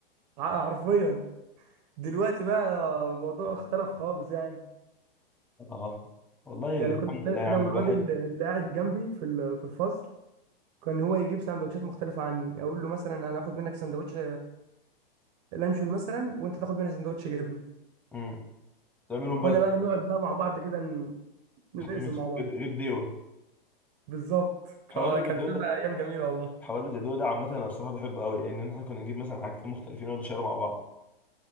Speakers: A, on the right (about 45°); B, in the centre.
A: ع- حرفيا دلوقتي بقى الموضوع اختلف خالص يعني
B: <laughs> اه والله
A: يعني
B: الحمد
A: كنت
B: لله
A: أنا
B: يا عم
A: والواد
B: الواحد
A: اللي اللي قاعد جنبي في ال- في الفصل كان هو يجيب سندوتشات مختلفة عني أقول له مثلا أنا هاخد منك سندوتش لانشون مثلا وأنت تاخد مني سندوتش جبنة
B: امم تعملهم
A: وكنا
B: بدري
A: بقى نقعد بقى مع بعض كده ن- نقسم
B: خمس
A: مع بعض
B: غير ديوه
A: بالظبط كا-
B: حوار الغير
A: كانت بتبقى أيام جميلة والله
B: حوار الجدول ده عامة أنا بصراحة بحبه قوي لأن يعني إحنا كنا نجيب مثلا حاجتين مختلفين ونقعد نشير مع بعض